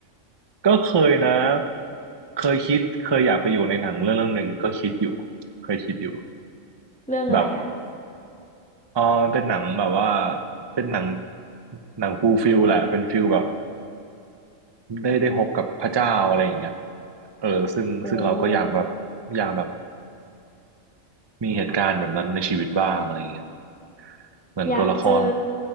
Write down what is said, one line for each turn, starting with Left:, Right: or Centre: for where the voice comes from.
Right: ก็เคยนะ เคยคิดเคยอยากไปอยู่ในหนังเรื่องเรื่องหนึ่งก็คิดอยู่เคยคิดอยู่
Centre: <laughs> เรื่องอะไรอะ
Right: แบบอ๋อมันเป็นหนังแบบว่าเป็นหนังหนังฟูลฟิลแหละเป็นฟิลแบบ ได้ได้พบกับพระเจ้าอะไรอย่างเงี้ยเออซึ่งซึ่งเราก็อยากแบบ
Centre: โอ้
Right: อยากแบบมีเหตุการณ์แบบนั้นในชีวิตบ้างอะไรอย่างเงี้ยเหมือนตัวละคร
Centre: อยากเจอ